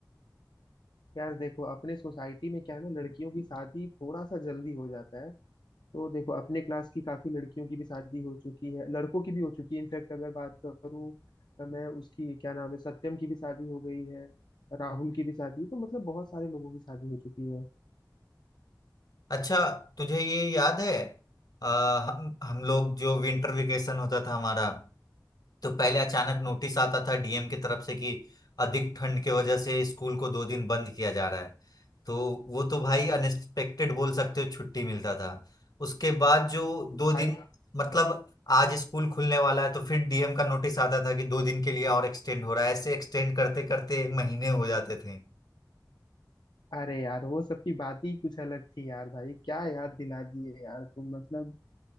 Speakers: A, on the left; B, on the left.
A: यार देखो अपने सोसाइटी में क्या है ना लड़कियों की शादी थोड़ा सा जल्दी हो जाता है तो देखो अपने क्लास की काफी लड़कियों की भी शादी हो चुकी है लड़कों की भी हो चुकी है इनफैक्ट अगर बात करूँ मैं उसकी क्या नाम है सत्यम की भी शादी हो गई है राहुल की भी शादी तो मतलब बहुत सारे लोगों की शादी हो चुकी है
B: अच्छा तुझे ये याद है आ, हम हम लोग जो विंटर वेकेशन होता था हमारा तो पहले अचानक नोटिस आता था डीएम की तरफ से कि अधिक ठंड की वजह से स्कूल को दो दिन बंद किया जा रहा है तो वो तो भाई अनएक्सपेक्टेड बोल सकते हो छुट्टी मिलता था उसके बाद जो दो
A: भाई
B: दिन मतलब आज स्कूल खुलने वाला है तो फिर डीएम का नोटिस आता था कि दो दिन के लिए और एक्सटेंड हो रहा है ऐसे एक्सटेंड करते करते महीने हो जाते थे
A: अरे यार वो सब की बात ही कुछ अलग थी यार भाई क्या याद दिला दिए यार तुम मतलब